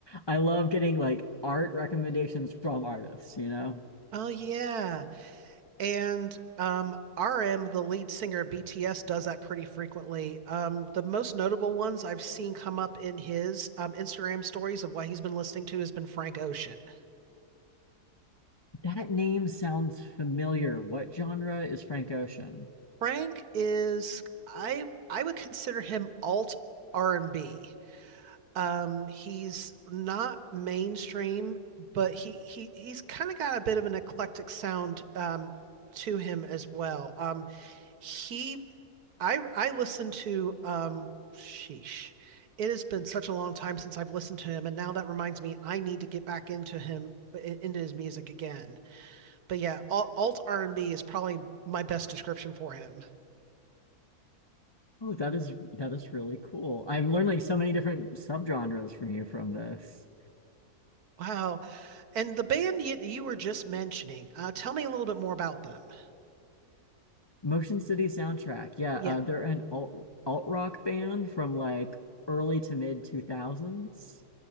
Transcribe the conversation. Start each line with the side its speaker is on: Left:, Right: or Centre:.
Left: I love getting like art recommendations from artists, you know?
Right: Oh yeah. And um, RM, the lead singer of BTS, does that pretty frequently. Um, the most notable ones I've seen come up in his um, Instagram stories of what he's been listening to has been Frank Ocean.
Left: That name sounds familiar. What genre is Frank Ocean?
Right: Frank is I I would consider him alt R&B. Um, he's not mainstream, but he he he's kind of got a bit of an eclectic sound um, to him as well. Um, he I I listened to um sheesh. It has been such a long time since I've listened to him, and now that reminds me I need to get back into him into his music again. But yeah, alt R&B is probably my best description for him.
Left: Oh, that is that is really cool. I'm learning like so many different subgenres from you from this.
Right: Wow. And the band you, you were just mentioning, uh, tell me a little bit more about them.
Left: Motion City Soundtrack. Yeah,
Right: Yeah.
Left: uh, they're an alt alt rock band from like early to mid 2000s.